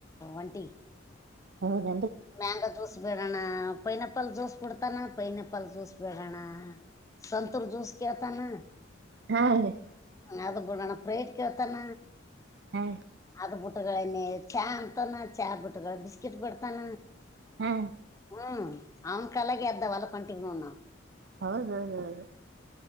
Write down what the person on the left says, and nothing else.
ಒಂಟಿ
ಮ್ಯಾಂಗ ಜ್ಯೂಸ್ ಬೇಡೋಣ ಪೈನಪಲ್ ಜ್ಯೂಸ್ ಬಿಡ್ತಾನ ಪೈನಪಲ್ ಜ್ಯೂಸ್ ಬೇಡೋಣ ಸಂತರ ಜೂಸ ಕತ ನ
ಅದು ಬಡಣ ಪ್ರೇಟ್ತಣ
ಅದ ಬುಟ್ಟಗಳೇನ ಚಾ ಅಂತಾನ ಚಾ ಬುಟ್ಟಗಳು ಬಿಸ್ಕಿಟ್ ಬಿಡ್ತಾನ
ಹ್ಮ್ ಅವನ್ಕ ಅಳಾಗ ಅ್ದ ವಲಪಂಿಕನಣಾ